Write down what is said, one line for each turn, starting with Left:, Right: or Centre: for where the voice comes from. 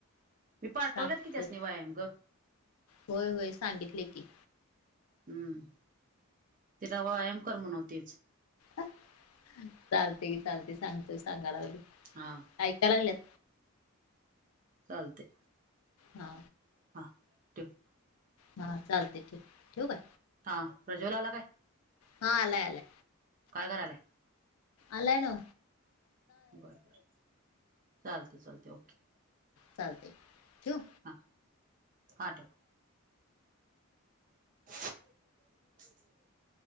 Right: मी पाठवलेत
Left: सांगते
Right: कि त्या अस नी व्यायाम ग.
Left: होय, होय सांगितले की.
Right: हम्म. तिला व्यायाम कर म्हणवतीच
Left: चालते की चालते सांगते सांगायला लागलो
Right: हां..
Left: कायका लागल्यात.
Right: चालते.
Left: हा.
Right: हा तव <inaudible>
Left: हा चालते की ठेवु काय?
Right: हा प्रजोला आला काय?
Left: हा आलाय आलाय
Right: काय करायलाय?
Left: आलाय ना.
Right: बरं, बर, चालते, चालते ओके.
Left: चालतय ठेवु?
Right: हां हां ठेव. <inaudible>